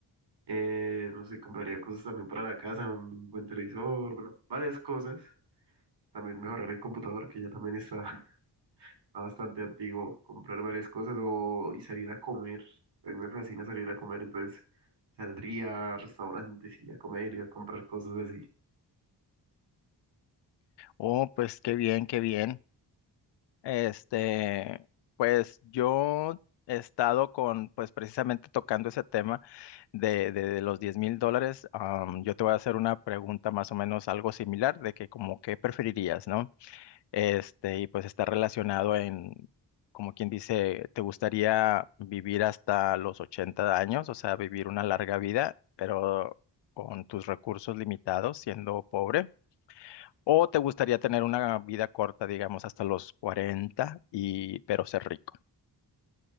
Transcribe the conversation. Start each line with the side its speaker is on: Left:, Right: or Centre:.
Right: Eh, no sé, compraría cosas también para la casa, un buen televisor, bueno, varias cosas. También mejorar el computador, que ya también está bastante antiguo, comprar varias cosas o, y salir a comer. A mí me fascina salir a comer, entonces saldría a restaurantes y a comer y a comprar cosas así.
Left: Oh, pues qué bien, qué bien. Este, pues yo he estado con, pues precisamente tocando ese tema de, de- de los diez mil dólares. am, yo te voy a hacer una pregunta más o menos algo similar de que como qué preferirías, ¿no? Este, y pues está relacionado en, como quien dice, ¿te gustaría vivir hasta los 80 años? O sea, vivir una larga vida, pero con tus recursos limitados, siendo pobre. ¿O te gustaría tener una vida corta, digamos, hasta los 40 y pero ser rico?